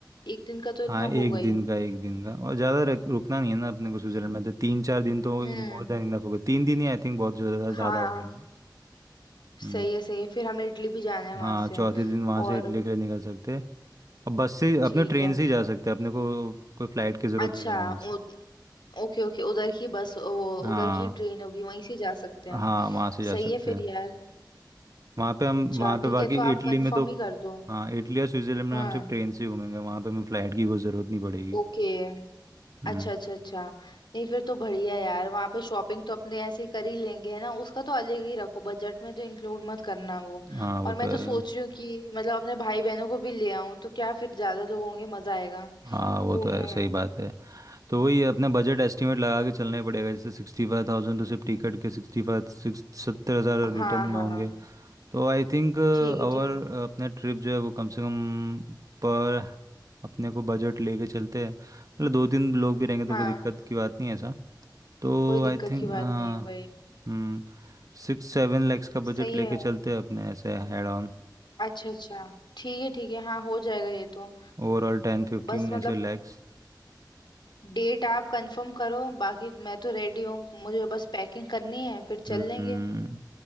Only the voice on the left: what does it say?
एक दिन का तो इतना
होगा ही
हम्म
हम्म,
हाँ
सही
है सही है फिर हमें इटली भी जाना है वहां
से
और
ठीक
है
अच्छा
उ, ओके ओके उधर की बस वो
उधर की ट्रेन होगी वहीं से जा सकते हैं हम
सही
है फिर
यार
अच्छा
ठीक
है तो आप
कंफर्म
ही कर दो
हाँ
ओके
अच्छा अच्छा अच्छा नहीं फिर तो बढ़िया यार वहाँ पे शॉपिंग तो अपने ऐसे ही कर ही लेंगे है ना उसका तो अलग ही रखो बजट में तो इंक्लूड मत करना वो
और
मैं
तो सोच रही हूँ कि मतलब अपने भाई बहनों को भी ले आऊँ तो क्या फिर ज्यादा लोग होंगे मजा आएगा
घूमने
में
हाँ हाँ
ठीक है
ठीक है
हाँ
कोई दिक्कत
की बात
नहीं है वही
सही
है यार।
अच्छा अच्छा ठीक है ठीक है हाँ हो जाएगा ये तो
बस मतलब
डेट आप कंफर्म करो बाकी मैं तो रेडी हूँ मुझे बस पैकिंग करनी है फिर चल
लेंगे